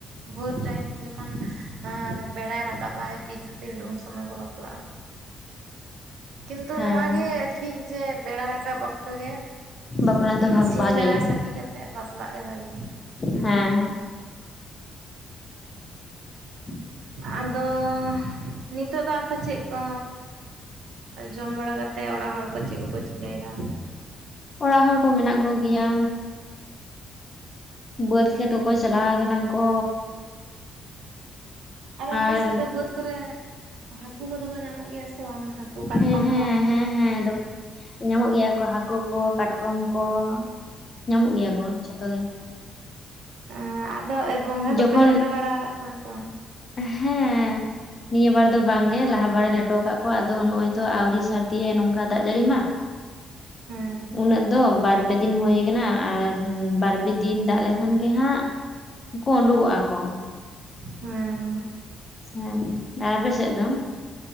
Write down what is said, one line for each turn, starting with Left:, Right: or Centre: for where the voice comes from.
Right: ᱵᱷᱳᱨ ᱴᱟᱭᱤᱢ ᱡᱚᱠᱷᱚᱱ ᱵᱮᱲᱟᱭ ᱨᱟᱠᱟᱵ ᱟᱭ ᱯᱤᱨᱞ ᱯᱤᱨᱤᱞ ᱩᱱ ᱥᱚᱢᱚᱭ ᱠᱚ ᱵᱟᱯᱞᱟᱜᱼᱟ ᱠᱤᱱᱛᱩ
Left: ᱦᱮᱸ
Right: ᱱᱚᱣᱟᱜᱮ ᱴᱷᱤᱠ ᱡᱮ ᱵᱮᱲᱟ ᱨᱟᱠᱟᱵ ᱚᱠᱛᱚ ᱜᱮ
Left: ᱵᱟᱯᱞᱟ ᱫᱚ ᱵᱷᱟ
Right: ᱥᱤᱧ
Left: ᱵᱷᱟᱜᱮᱭᱟ
Right: ᱵᱮᱲᱟ ᱥᱟᱹᱠᱷᱤ ᱠᱟᱛᱮᱜ ᱵᱟᱯᱞᱟᱜ ᱜᱮ ᱵᱷᱟᱜᱤᱭᱟ
Left: ᱦᱮᱸ <inaudible>
Right: ᱟᱫᱚ ᱱᱤᱛᱚᱜ ᱫᱚ ᱟᱫᱚ ᱪᱮᱫ ᱠᱚ? ᱡᱚᱢ ᱵᱟᱲᱟ ᱠᱟᱛᱮᱮᱫ ᱚᱲᱟᱜ ᱦᱚᱲ ᱠᱚ ᱪᱮᱫ ᱠᱚᱠᱚ ᱪᱤᱠᱟᱹᱭᱮᱫᱟ?
Left: ᱚᱲᱟᱜ ᱦᱚᱲ ᱠᱚ ᱢᱮᱱᱟᱜ ᱠᱚᱜᱮᱭᱟ ᱵᱟᱹᱫᱽ ᱠᱷᱮᱛ ᱦᱚᱸᱠᱚ ᱪᱟᱞᱟᱣ ᱠᱟᱱᱟ ᱠᱚ᱾
Right: ᱟᱫᱚ ᱟᱯᱮ
Left: ᱟᱨ
Right: ᱥᱮᱫ ᱫᱚ ᱵᱟᱹᱫᱽ ᱠᱚᱨᱮ ᱦᱟᱹᱠᱩ ᱠᱚᱫᱚ ᱠᱚ ᱧᱟᱢᱚᱜ ᱜᱮᱭᱟ ᱥᱮ ᱵᱟᱝ ᱦᱟᱹᱠᱩ ᱠᱟᱴᱠᱚᱢ
Left: ᱦᱮᱸ ᱦᱮᱸ
Right: ᱠᱚ?
Left: ᱦᱮᱸ ᱦᱮᱸ ᱫᱚᱢᱮ ᱧᱟᱢᱚᱜ ᱜᱮᱭᱟ ᱠᱚ ᱦᱟᱹᱠᱩ ᱠᱚ ᱠᱟᱴᱠᱚᱢ ᱠᱚ ᱧᱟᱢᱚᱜ ᱜᱮᱭᱟ ᱠᱚ ᱡᱷᱚᱛᱚ ᱜᱮ
Right: ᱮᱸ ᱟᱫᱚ ᱜᱚᱸᱜᱷᱟ
Left: ᱡᱚᱠᱷᱚᱱ
Right: ᱠᱚᱯᱮ ᱞᱮᱴᱚ ᱵᱟᱲᱟ ᱠᱟᱜ ᱠᱚᱣᱟ ᱥᱮ ᱵᱟᱝ?
Left: ᱦᱮᱸ ᱱᱤᱭᱟᱹ ᱵᱟᱨ ᱫᱚ ᱵᱟᱝᱜᱮ ᱞᱟᱦᱟ ᱵᱟᱨᱮ ᱞᱮᱴᱚ ᱟᱠᱟᱫ ᱠᱚᱣᱟ ᱟᱫᱚ ᱱᱚᱜᱼᱚᱭ ᱛᱚ ᱟᱣᱨᱤ ᱥᱟᱹᱨᱫᱤᱭᱮ ᱱᱚᱝᱠᱟ ᱫᱟᱜ ᱡᱟᱹᱲᱤ ᱢᱟ
Right: ᱦᱮᱸ
Left: ᱩᱱᱟᱹᱜ ᱫᱚ ᱵᱟᱨ ᱯᱮ ᱫᱤᱱ ᱦᱩᱭ ᱠᱟᱱᱟ ᱟᱨ ᱵᱟᱨ ᱯᱮ ᱫᱤᱱ ᱫᱟᱜ ᱞᱮᱠᱷᱟᱱ ᱜᱮ ᱦᱟᱸᱜ ᱩᱱᱠᱩ ᱩᱰᱩᱠᱚᱜᱼᱟ ᱠᱚ᱾
Right: ᱦᱮᱸ
Left: ᱦᱮᱸ ᱟᱨ ᱟᱯᱮ ᱥᱮᱫ ᱫᱚ